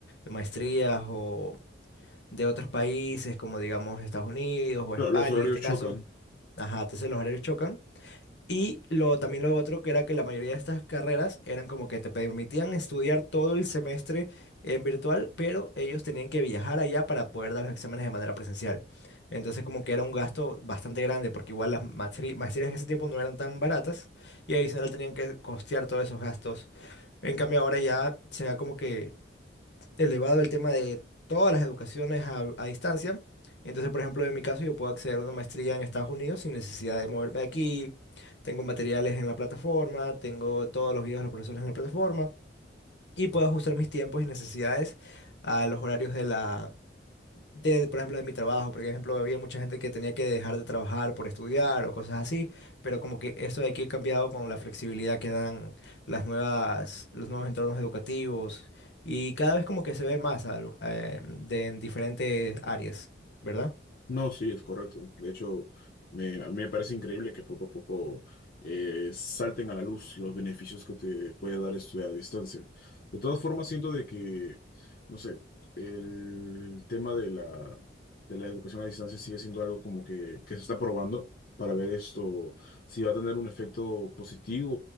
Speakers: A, on the left; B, on the left.
A: maestrías o de otros países, como digamos Estados Unidos o
B: Claro,
A: España
B: los horarios
A: en este caso.
B: chocan.
A: Ajá, entonces los horarios chocan. Y lo, también lo otro que era que la mayoría de estas carreras eran como que te permitían estudiar todo el semestre en virtual, pero ellos tenían que viajar allá para poder dar los exámenes de manera presencial. Entonces como que era un gasto bastante grande, porque igual las maestri- maestrías en ese tiempo no eran tan baratas y adicional tenían que costear todos esos gastos. En cambio ahora ya se da como que elevado el tema de todas las educaciones a, a distancia. Entonces, por ejemplo, en mi caso, yo puedo acceder a una maestría en Estados Unidos sin necesidad de moverme de aquí. Tengo materiales en la plataforma, tengo todos los videos de los profesores en la plataforma y puedo ajustar mis tiempos y necesidades a los horarios de la, de, por ejemplo, de mi trabajo, porque, por ejemplo, había mucha gente que tenía que dejar de trabajar por estudiar o cosas así, pero como que esto de aquí ha cambiado con la flexibilidad que dan las nuevas, los nuevos entornos educativos y cada vez como que se ve más al- eh, de, en diferentes áreas, ¿verdad?
B: No, sí, es correcto. De hecho, me, a mí me parece increíble que poco a poco eh, salten a la luz los beneficios que te puede dar estudiar a distancia. De todas formas, siento de que, no sé, el tema de la, de la educación a distancia sigue siendo algo como que, que se está probando para ver esto, si va a tener un efecto positivo